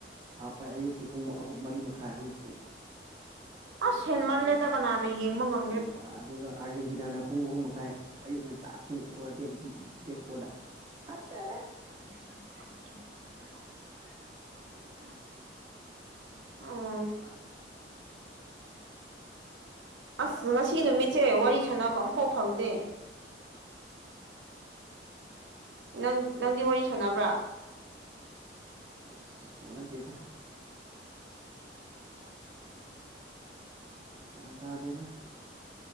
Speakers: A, on the right; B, on the right.
A: ꯑ ꯑꯌꯨꯛꯀꯤ ꯄꯨꯡ ꯑꯍꯨꯝ ꯃꯔꯤ ꯃꯈꯥꯏ ꯑꯌꯨꯛꯀꯤ
B: ꯑ ꯁꯦꯟꯃꯜꯂꯦꯗꯕꯅꯥꯅ ꯌꯦꯡꯕꯉ
A: ꯉꯟꯇꯥ ꯑꯗꯨꯒ ꯑꯥꯔꯖꯦꯟꯇꯤꯅꯥꯅ ꯄꯨꯡ ꯑꯍꯨꯝ ꯃꯈꯥꯏ ꯑꯌꯨꯛ ꯉꯟꯇꯥ ꯄꯨꯡ ꯗꯦꯠ ꯗꯦꯠ ꯐꯣꯔꯗ ꯐꯠꯖꯔꯦ
B: <unintelligible> ꯑꯥ ꯑꯁ ꯉꯁꯤ ꯅꯨꯃꯤꯠꯁꯦ ꯋꯥꯔꯤ ꯁꯥꯟꯅꯕ ꯑꯃꯐꯥꯎ ꯐꯪꯗꯦ ꯅꯪ ꯅꯪꯗꯤ ꯋꯥꯔꯤ ꯁꯥꯟꯅꯕ꯭ꯔꯥ
A: ꯑ ꯁꯅꯗꯗ ꯒꯌ꯭ꯥꯟ ꯇꯥꯗꯦꯗꯥ